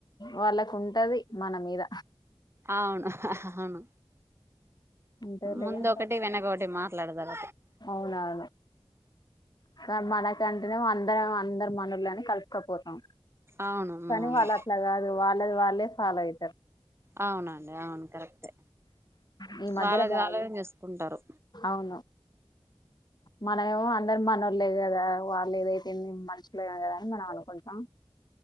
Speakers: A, on the left (about 45°); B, on the right (about 25°).
A: వాళ్ళకు ఉంటది మన మీద
B: అవును అవును
A: ఉంటదిలే
B: ముంద
A: గాని
B: ఒకటి వెనక ఒకటి మా ట్లడా దార
A: అవునవును కన్ మనకం అంట అందరం అందరు మనోల్లని కలుపుకపోతాం
B: అవును
A: కని
B: అవును
A: వాళ్ళట్లకాదు వా ల్లాది వాళ్ళే ఫాలో అయితరు
B: అవునండి అవును కరెక్టే
A: ఉహు మద్యల
B: వాళ్ళది
A: బాగ
B: వాళ్ళే చూసుకుంటారు
A: అవును మనమేమో అం ందరు మనోళ్లే కదా వాళ్ళు ఏదైతే ఎన్ని మనుషులే కదని మనం అనుకుంటాం